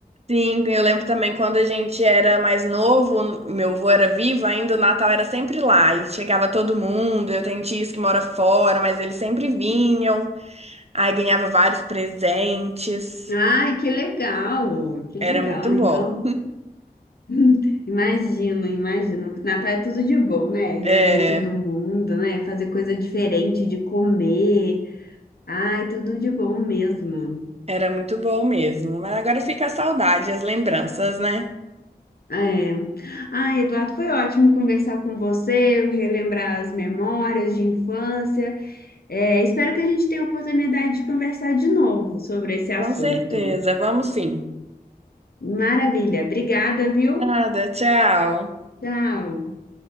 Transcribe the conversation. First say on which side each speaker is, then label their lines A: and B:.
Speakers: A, on the right (about 40°); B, on the left (about 70°).
A: Sim, eu lembro também quando a gente era mais novo, o meu avô era vivo ainda, o Natal era sempre lá e chegava todo mundo. Eu tenho tios que mora fora, mas eles sempre vinham. Aí ganhava vários presentes.
B: Ai, que legal, que
A: Era
B: legal.
A: muito bom.
B: Então, <laughs> imagino, imagino. Natal é tudo de bom, né? Reunir
A: É,
B: todo mundo, né? Fazer coisa diferente de comer. Ai, tudo de bom mesmo.
A: era muito bom mesmo. Mas agora fica a saudade, as lembranças, né?
B: É. Ai, Eduardo, foi ótimo conversar com você, relembrar as memórias de infância. É, espero que a gente tenha a oportunidade de conversar de novo sobre esse assunto.
A: Com certeza. Vamos sim.
B: Maravilha. Obrigada, viu?
A: Nada, tchau.
B: Tchau.